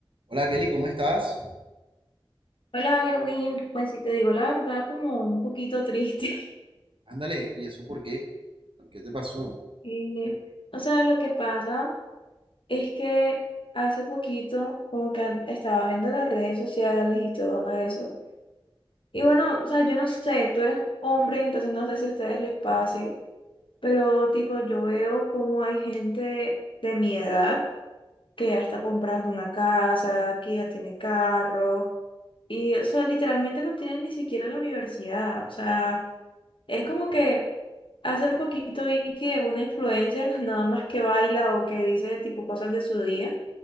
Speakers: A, on the right (about 70°); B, on the left (about 65°).
A: Hola Kelly, ¿cómo estás?
B: Hola, Erwin. Pues si te digo la verdad, como un poquito triste. <laughs>
A: Ándale, ¿y eso por qué? ¿Qué te pasó?
B: Y, o sea, lo que pasa es que hace poquito como que an- estaba viendo las redes sociales y todo eso. Y bueno, o sea, yo no sé, tú eres hombre, entonces no sé si a ustedes les pase, pero tipo yo veo como hay gente de mi edad que ya está comprando una casa, que ya tiene carro, y o sea, literalmente no tienen ni siquiera la universidad. O sea, es como que... Hace poquito vi que una influencer, <laughs> nada más que baila o que dice tipo cosas de su día,